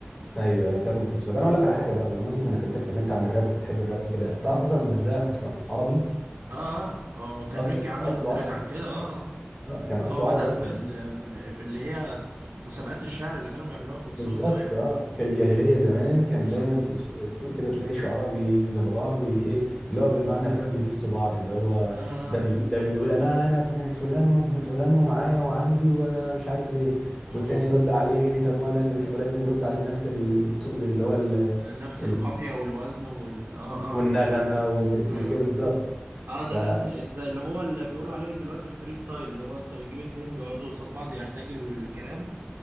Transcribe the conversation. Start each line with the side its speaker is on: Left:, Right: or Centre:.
Left: ايوه ايوه بتاعت ام كلثوم طب انا اقول لك على حاجه بقى بمناسبه
Right: مم.
Left: انك انت اتكلمت عن الراب وبتحب الراب وكده انت تعرف اصلا ان الراب اصلا عربي
Right: اه اه هو كان
Left: اصله
Right: ميكي عامل
Left: اصله
Right: تراك
Left: عربي
Right: عن كده اه آه.
Left: آه، كان
Right: اللي
Left: اصله
Right: هو بدأ
Left: عربي اصلا
Right: في ال... من- في اللي هي مسابقات الشعر اللي كانوا بيعملوها في السوق
Left: بالظبط
Right: زمان
Left: اه في الجاهليه زمان كان
Right: اه
Left: دايما في سوق السوق كده تلاقي الشعراء بيجوا جنب بعض وايه اللي هو بمعنى الرب بيدسوا بعض اللي هو
Right: اه اه
Left: ده بي ده بيقول انا انا ابن فلان وابن فلان ومعايا وعندي وانا مش عارف ايه
Right: آه.
Left: والتاني يرد عليه طب وانا اللي مش ولازم يرد عليه بنفس ال- التوق اللي هو ال...
Right: نفس
Left: ال...
Right: القافية والوزن وال اه
Left: والنغمه
Right: اه
Left: وكده
Right: اه
Left: بالظبط
Right: اه آه، ده
Left: ف-
Right: كان زي اللي هو اللي بيقولوا عليه دلوقتي الفري ستايل اللي هو انت بتجيب اتنين بيقعدوا قصاد بعض يرتجلوا الكلام